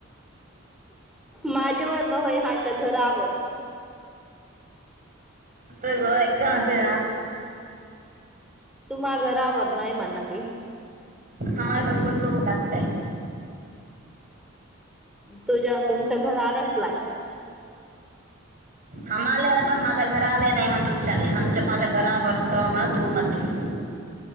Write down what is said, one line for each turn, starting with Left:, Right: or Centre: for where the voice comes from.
Centre: माझ्यावर न्हय हच्या घरावर
Right: गोर एका नासे
Centre: तु मा्हा घरावर नाही म्हणना तली
Right: प्र फंड लागतय
Centre: तुझ्या तुमच्या घर आल्याच लागतय की
Right: हम आले पण माझ्या घरा आले नाही म तुझच्या नाही आमच्या माझ्या घरावररत म्हण तू म्हणस